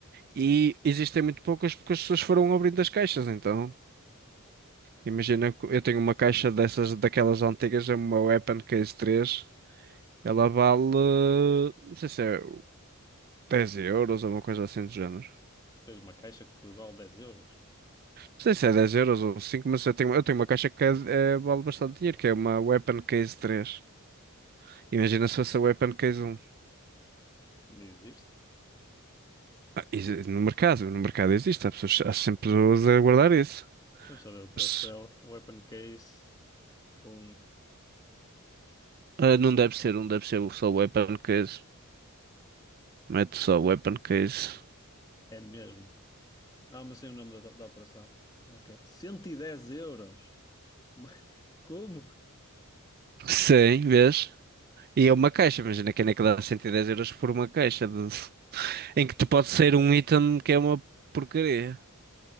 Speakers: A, on the right (about 45°); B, on the left (about 15°).
A: e existem muito poucas porque as pessoas foram abrindo as caixas, então. Imagina que eu tenho uma caixa dessas, daquelas antigas, é uma Weapon Case três Ela vale, não sei se é 10 euros ou uma coisa assim do género.
B: Tu tens uma caixa que vale dez euros.
A: Não sei se é dez euros ou cinco mas eu tenho, eu tenho uma caixa que é- é- vale bastante dinheiro, que é uma Weapon Case três Imagina se fosse a Weapon Case um
B: Ainda existe?
A: Ah, isso No mercado, no mercado existe, há pessoas, há sempre pessoas a guardar isso.
B: Deixa-me saber o preço
A: Mas,
B: dela. Weapon case. Bom,
A: ah, não deve ser, não deve ser só weapon case. Mete só weapon case.
B: é mesmo. Não, mas sei o nome da, da operação. Ok. cento e dez euros. Uma- <laughs> Como?
A: Sim, vês? E é uma caixa, imagina que é que dá 110 euros por uma caixa de- em que te pode sair um item que é uma porcaria.